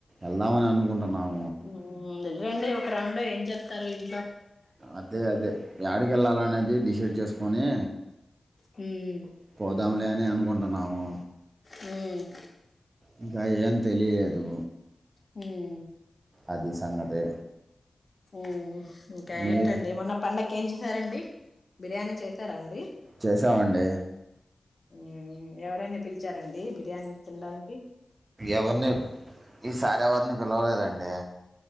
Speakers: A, on the right; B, on the left.
A: ఎల్దమని అనుకుంటున్నాం
B: మ్మ్ వెల్లిరండి ఒక రౌండ్ ఏం చేస్తారు ఇం
A: అదే అదే యాడికి ఏళ్ళాల అనేది డిసైడ్ చేసుకొని
B: మ్మ్ మ్మ్
A: పోదాంలే అని అనుకుంటున్నాము
B: మ్మ్
A: ఇంకా ఏం తెలియదు
B: మ్మ్ మ్మ్
A: అది సంగతి
B: మ్మ్ హ్మ్ ఇంకా
A: మీ
B: ఏంటండి మొన్న పండక్ ఇంకెంచేసారండి బిర్యానీ చేసారా అండి
A: చేసామండి
B: ఆ ఆమ్ ఎవర్ని పిలిచారండి బి యాన్ తిందం
A: ఎవరిని ఈ సార్ ఎవరిని పిలవలేద అండి